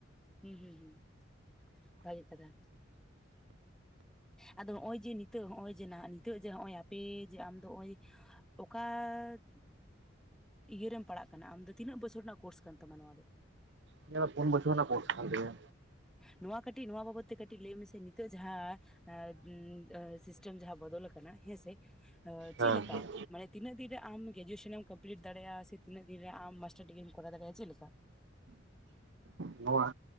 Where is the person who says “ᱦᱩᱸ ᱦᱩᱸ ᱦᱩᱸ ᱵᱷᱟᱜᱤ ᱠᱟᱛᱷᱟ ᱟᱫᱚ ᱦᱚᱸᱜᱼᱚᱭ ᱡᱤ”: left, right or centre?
Centre